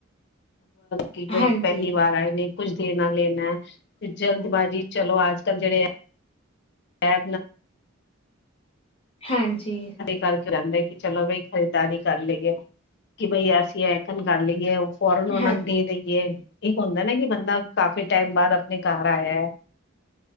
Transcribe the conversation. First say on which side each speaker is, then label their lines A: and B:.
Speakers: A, on the left; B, on the left.
A: ਕਿ ਬ
B: ਹਾਂਜੀ,
A: ਪਹਿਲੀ ਵਾਰ ਆਏ ਨੇ। ਕੁੱਛ ਦੇਣਾ ਲੈਣਾ ਤੇ ਜਲਦਬਾਜ਼ੀ ਚਲੋ ਅੱਜ-ਕੱਲ੍ਹ ਜਿਹੜੇ ਐ
B: ਹਾਂਜੀ।
A: ਕਰਕੇ ਰਹਿੰਦੇ ਕਿ ਚੱਲੋ ਬਈ ਖਰੀਦਦਾਰੀ ਕਰ ਲਈਏ ਕਿ ਬਈ ਅਸੀਂ ਐਕਣ ਕਰ ਲਈਏ। ਫੋਰਨ ਉਹਨਾ
B: ਹਾਂ,
A: ਨੂੰ ਦੇ ਦੇਈਏ ਇੱਕ ਹੁੰਦਾ ਨਾ ਕਿ ਬੰਦਾ ਕਾਫੀ ਟਾਈਮ ਬਾਅਦ ਆਪਣੇ ਘਰ ਆਇਆ।